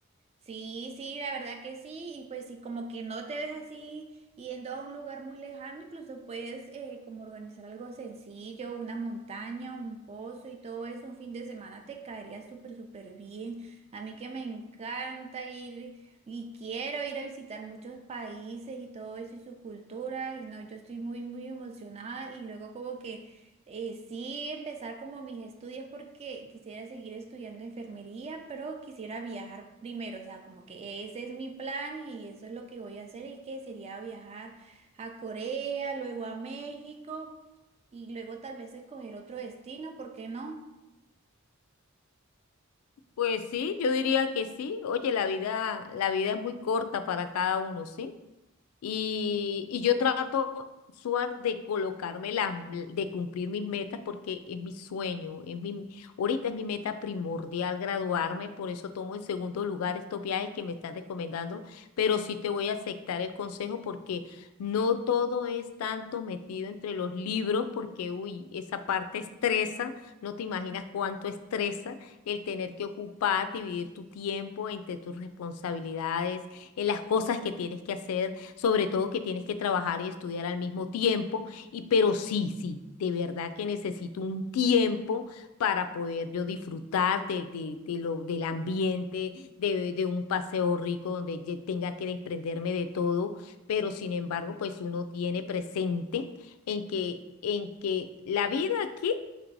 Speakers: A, on the right; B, on the left.
A: Sí, sí, la verdad que sí, y pues sí, como que no te ves así yendo a un lugar muy lejano, incluso puedes eh, como organizar algo sencillo, una montaña, un pozo y todo eso, un fin de semana te caería súper, súper bien. A mí que me encanta ir y quiero ir a visitar muchos países y todo eso y su cultura, y no, yo estoy muy, muy emocionada y luego como que... Eh, sí, empezar como mis estudios porque quisiera seguir estudiando enfermería, pero quisiera viajar primero, o sea, como que ese es mi plan y eso es lo que voy a hacer y que sería viajar a Corea, luego a México y luego tal vez escoger otro destino, ¿por qué no?
B: Pues sí, yo diría que sí. Oye, la vida, la vida es muy corta para cada uno, ¿sí? Y, y yo trato, Suar, de colocarme las, de cumplir mis metas porque es mi sueño, es mi, ahorita es mi meta primordial graduarme, por eso tomo en segundo lugar estos viajes que me están recomendando, pero sí te voy a aceptar el consejo porque no todo es tanto metido entre los libros porque, uy, esa parte estresa, no te imaginas cuánto estresa el tener que ocupar, dividir tu tiempo entre tus responsabilidades, en las cosas que tienes que hacer sobre todo que tienes que trabajar y estudiar al mismo tiempo, y pero sí, sí. De verdad que necesito un tiempo para poder yo disfrutar de, de- de lo, del ambiente, de, de un paseo rico donde ye- tenga que desprenderme de todo, pero sin embargo, pues uno tiene presente en que, en que la vida aquí